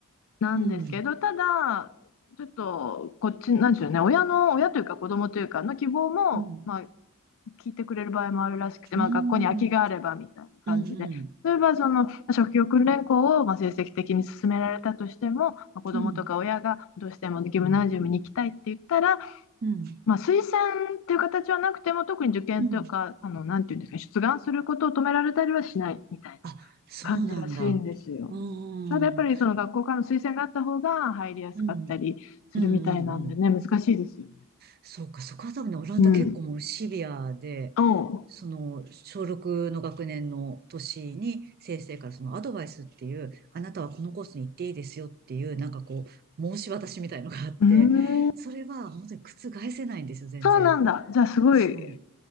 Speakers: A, on the left; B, on the right.
A: なんですけど、
B: うん、
A: ただ、ちょっとこっち、なんでしょうね、親の、親というか子供というかの希望も、
B: うん、
A: まあ、聞いてくれる場合もあるらしくて、まあ、
B: うん、
A: 学校に空きがあればみたいな感じで、
B: うん、うん、
A: 例えばそのまあ職業訓練校をまあ成績的に進められたとしても、まあ、子供とか親がどうしてもギムナジウムに行きたいって言ったら、
B: うん。うん。
A: まあ、推薦っていう形はなくても、特に受験とか、
B: うん。
A: あの、なんていうんですかね、出願することを止められたりはしないみたいな。
B: あ、そうなんだ。
A: 感じらしいんですよ。
B: うーん。
A: ただやっぱりその学校からの推薦があった方が入りやすかったりするみたいなんでね、
B: うん。うんうんうん。
A: 難しいですよ。
B: そうか、そこは多分ね、オランダ結構もうシビアで、
A: うん。おう。
B: その、小6の学年の年に先生からそのアドバイスっていう、あなたはこのコースに行っていいですよっていう、なんかこう、申し渡しみたいのがあって、
A: うーん。
B: それは本当に覆せないんですよ、全然。
A: そうなんだ。じゃあすごい
B: そう。